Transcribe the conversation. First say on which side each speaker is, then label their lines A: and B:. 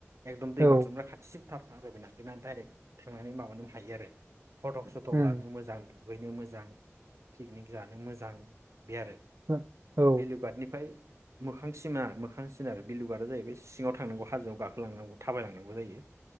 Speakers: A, on the right; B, on the right.
A: एकदम दै
B: औ
A: बाज्रुमग्रा खाथिसिम थार आरो बिना बिना डाइरेक्ट सोंनानै माबानोबो हायो आरो। फ'टक स'टक
B: उम
A: लानो मोजां। दुगैनो मोजां पिकनिक जानो मोजां। बे आरो
B: औ
A: बिलुगाटनिफ्राय मोखां सिनार मोखां सिनार बिलुगारा जाहैबाय सिङाव थांनांगौ‌। हाजोआव गाखोलांनांगौ थाबायलांनांगौ जायो।